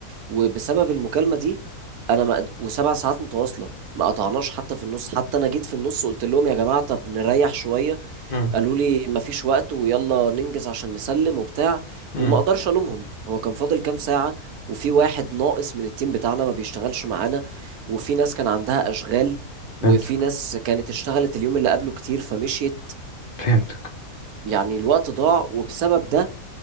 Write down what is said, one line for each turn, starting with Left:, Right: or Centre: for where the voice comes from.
Right: وبسبب المكالمة دي انا ما قد- وسبع ساعات متواصلة ما قطعناش حتى في النص حتى انا جيت في النص قلت لهم يا جماعة طب نريح شوية
Left: مم.
Right: قالوا لي مفيش وقت ويلا ننجز عشان نسلم وبتاع
Left: مم.
Right: وما اقدرش الومهم هو كان فاضل كام ساعة وفي واحد ناقص من التيم بتاعنا ما بيشتغلش معانا وفي ناس كان عندها اشغال وفي
Left: فهمتك
Right: ناس كانت اشتغلت اليوم اللي قبله كتير فمشيت
Left: فهمتك
Right: فيعني الوقت ضاع وبسبب ده